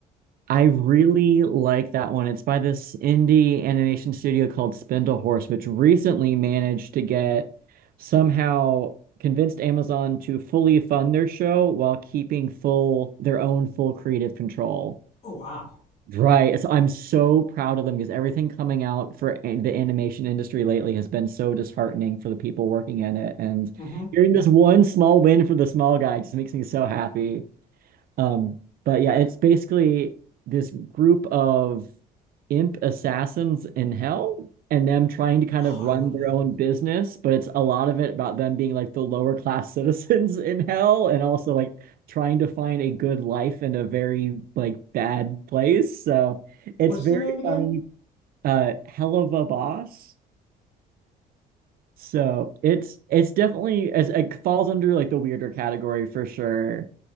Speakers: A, on the right; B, on the left.
A: I really like that one. It's by this indie animation studio called Spindlehorse, which recently managed to get somehow convinced Amazon to fully fund their show while keeping full their own full creative control.
B: Oh wow.
A: Right. So I'm so proud of them because everything coming out for an- the animation industry lately has been so disheartening for the people working in it. And
B: Mm-hmm.
A: hearing this one small win for the small guy just makes me so happy. Um, but yeah, it's basically this group of imp assassins in hell and them trying to kind
B: Oh,
A: of
B: I
A: run
B: love
A: their
B: that.
A: own business, but it's a lot of it about them being like the lower class citizens <laughs> in hell and also like trying to find a good life in a very like bad place. So
B: What's
A: it's very
B: the name again?
A: funny. Uh, hell of a boss. So it's it's definitely as it falls under like the weirder category for sure.